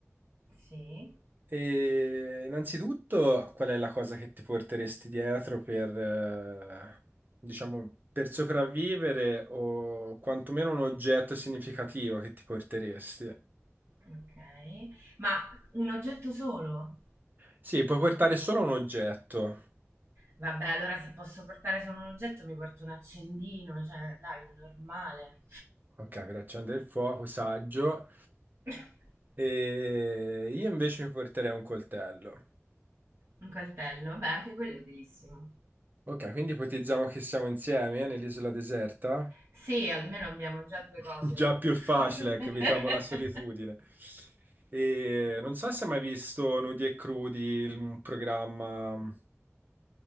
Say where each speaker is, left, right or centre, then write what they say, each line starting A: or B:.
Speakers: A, on the right; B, on the right.
A: Sì,
B: e innanzitutto qual è la cosa che ti porteresti dietro per, eh, diciamo, per sopravvivere o quantomeno un oggetto significativo che ti porteresti?
A: ok. Ma un oggetto solo?
B: Sì, puoi portare solo un oggetto,
A: Vabbè, allora se posso portare solo un oggetto mi porto un accendino, cioè, Davide, normale.
B: ok, per accendere il fuoco, saggio.
A: <laughs>
B: E io invece mi porterei un coltello.
A: Un coltello, vabbè, anche quello è utilissimo.
B: Ok, quindi ipotizziamo che siamo insieme eh, nell'isola deserta.
A: Sì, almeno abbiamo già due
B: <laughs>
A: cose.
B: Già più facile,
A: <laughs>
B: ecco, evitiamo la solitudine. E non so se hai mai visto Nudi e Crudi, il- un programma.